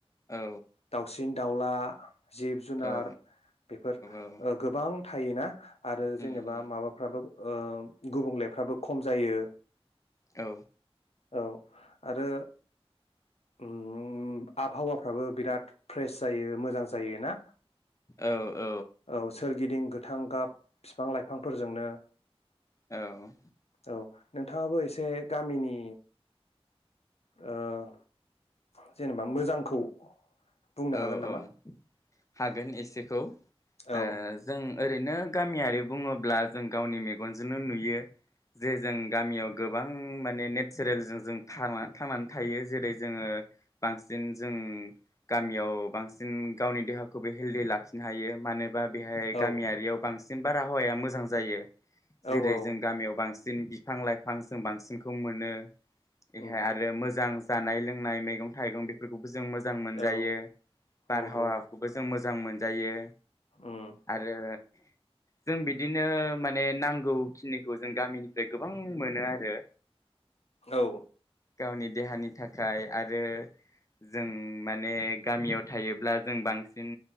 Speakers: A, on the left (about 30°); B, on the left (about 80°).
A: औ
B: दाउसिन दाउला जिब जुनार
A: औ
B: बेफोर
A: औ
B: ओ गोबां थायोना। आरो
A: उम
B: जेनेबा
A: उम
B: माबाफ्राबो ओ गुबुंलेफ्राबो खम जायो।
A: औ
B: औ आरो उम आबहावाफ्राबो बिराद फ्रेस जायो मोजां जायो ना
A: औ औ
B: औ सोरगिदिं गोथां गाब बिफां लाइफांफोरजोंनो
A: औ
B: औ नोंथाङाबो एसे गामिनि ओ जेनेबा मोजांखौ बुंनो
A: औ
B: हागोन नामा?
A: औ हागोन एसे खौ
B: औ
A: ओ जों ओरैनो गामियारि बुङोब्ला जों गावनि मेगनजोंनो नुयो जे जों गामियाव गोबां माने नेचारेलजों जों थां थांनानै थायो जेरै जोङो बांसिन जों गामियाव बांसिन गावनि देहाखौबो हेल्दि लाखिनो हायो मानो होन बा बेहाय
B: औ
A: गामियारियाव बांसिन न बारहावाया मोजां जायो।
B: औ
A: जेरै
B: औ
A: जों गामियाव बांसिन दिनै बिफां लाइफां जों बांसिनखौ मोनो बेहाय
B: उम
A: आरो मोजां जानाय लोंनाय मैगं थाइगं बेफोरखौबो जों मोजां जायो
B: औ
A: बारहावाखौबो
B: नंगौ
A: जों मोज जां मोनजायो
B: उम
A: आरो जों बिदिनो माने नांगौखिनिखौ जों गामिनिफ्राय गोबां मोनो आरो
B: औ
A: गावनि देहानि थाखाय आरो जों माने गामियाव थायोब्ला जों बांसिन